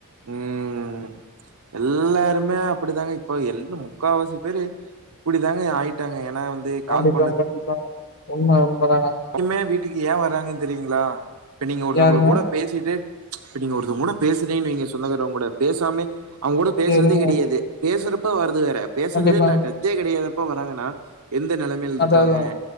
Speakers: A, on the right; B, on the left.
A: ம் எல்லாருமே அப்படித்தாங்க இப்ப எல்லா முக்கால்வாசி பேரு அப்டிதாங்க ஆயிட்டாங்க ஏன்னா
B: கண்டிப்பா
A: கால்
B: கண்டிப்பா உண்ம உண்மதாங்க
A: இப்பயுமே வீட்டுக்கு ஏ வர்ராங்கன்னு தெரியுங்களா இப்ப நீங்க ஒருத்தவங்களுக்கு
B: யாருங்க?
A: கூட பேசிட்டே இப்ப நீங்க ஒருத்தங்க கூட பேசுறீங்கனு வைங்க சொந்தக்காரங்க கூட பேசாமே அவங்க கூட பேசுறதே
B: சரிங்க.
A: கிடையாது பேசுறப்ப வராது வேற பேசுறதே
B: கண்டிப்பாங்க.
A: இல்ல டச்சே கிடையாதப்ப வராங்கன்னா எந்த நெலமையில் இருக்காங்க
B: அதாதாங்க.